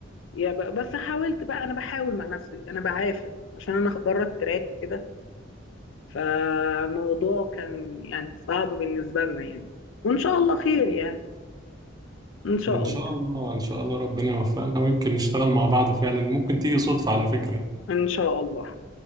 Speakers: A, on the left; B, on the right.
A: يا ب- بس حاولت بقى انا بحاول مع نفسي انا بعافر عشان انا بره التراك وكده فالموضوع كان يعني صعب بالنسبه لنا يعني وان شاء الله خير يعني ان شاء
B: إن شاء
A: الله
B: الله إن شاء الله ربنا يوفقنا ويمكن نشتغل مع بعض فعلا ممكن تيجي صدفة على فكرة
A: ان شاء الله